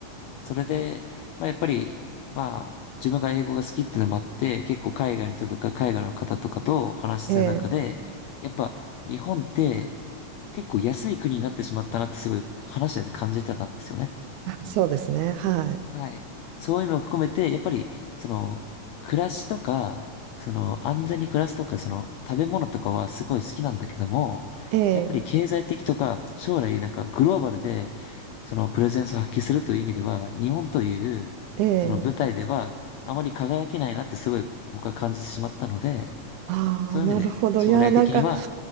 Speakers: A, on the left (about 80°); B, on the right (about 75°).
A: それで、まあやっぱり、まあ、自分が英語が好きっていうのもあって、結構海外の人とか海外の方とかとお話しする中で、
B: ええ
A: やっぱ日本って結構安い国になってしまったなってすごい話してて感じてたんですよね。
B: あそうですねはい
A: はい。そういう意味も含めて、やっぱり、その、暮らしとか、その、安全に暮らすとか、その、食べ物とかはすごい好きなんだけども、
B: ええ
A: やっぱり経済的とか、将来なんかグローバルで、その、プレゼンスを発揮するという意味では、日本という、
B: ええ
A: その舞台では、あまり輝けないなってすごい僕は感じてしまったので、
B: ああーなるほどいやなんか
A: そういう意味で、将来的には、